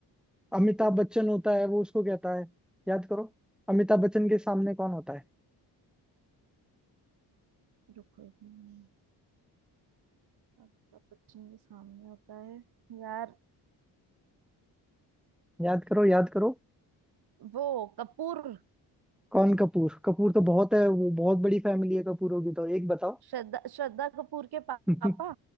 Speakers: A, in the centre; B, on the right (about 65°).
A: अमिताभ बच्चन होता है वो उसको कहता है याद करो अमिताभ बच्चन के सामने कौन होता है
B: रुको एक मिनट अमिताभ बच्चन के सामने होता है यार
A: याद करो याद करो
B: वो कपूर
A: कौन कपूर कपूर तो बहुत है वो बहुत बड़ी फैमिली है कपूरों की तो एक बताओ
B: श्रद्धा श्रद्धा कपूर के पा-
A: <laughs>
B: पापा